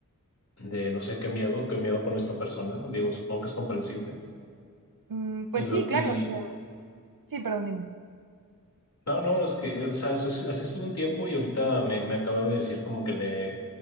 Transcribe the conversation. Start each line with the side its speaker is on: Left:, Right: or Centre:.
Left: de no sé, qué miedo, qué miedo con esta persona. Digo, supongo que es comprensible.
Right: Mm, pues
Left: Y luego,
Right: sí, claro,
Left: y
Right: o sea, sí, perdón, dime.
Left: no, no, es que, o sea, así, así estuvo un tiempo y ahorita me, me acaba de decir como que le...